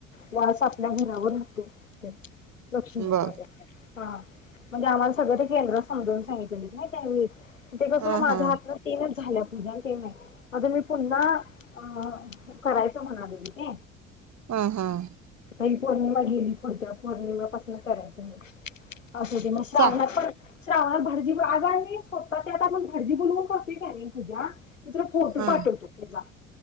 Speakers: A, on the left; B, on the right.
A: वास आपल्या घरावर होते. लक्ष्मीचार्य
B: बघ
A: हा म्हणजे आम्हाला सगळं ते केंद्रात समजावून सांगितलेली नाही त्यावेळीस. ते कसून
B: ह
A: माझ्या
B: हा
A: हातन तीनच झाल्या. <unintelligible> भजन टम आहे आता मी पुन्हा अ करायचं म्हणाले ते
B: हम्म हम्म.
A: काही पौर्णिमा गेली पुढच्या पौर्णिमापासून करायचं मग. अ ते म <unintelligible> लाहणार
B: चा
A: पण श्रावणात भारजी <unintelligible> आगारोधतात त्या आत आपण भाजी बुनवू करतो का तूज्या मी तुला फोटो
B: हा
A: पाठवतो तुला